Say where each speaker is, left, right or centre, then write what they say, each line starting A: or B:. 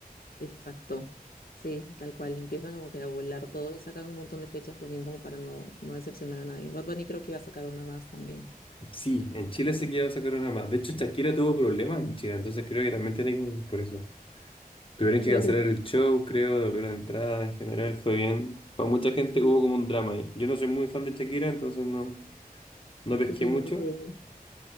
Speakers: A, on the left; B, on the left.
A: Exacto. Sí, tal cual. Empieza como que a volar todo y sacan un montón de fechas también como para no, no decepcionar a nadie. Bad Bunny creo que iba a sacar una más también.
B: Sí, en Chile
A: Sí.
B: se quedó esa corona más. De hecho, Shakira tuvo problemas en Chile, entonces creo que también tiene que volver por eso. Tuvieron que
A: Creo
B: cancelar
A: que el-
B: el show, creo, la de entrada en general fue bien. Para mucha gente
A: sí,
B: hubo como un drama ahí. Yo no soy muy fan de Shakira, entonces no, no pesqué
A: sí tiene
B: mucho,
A: el de-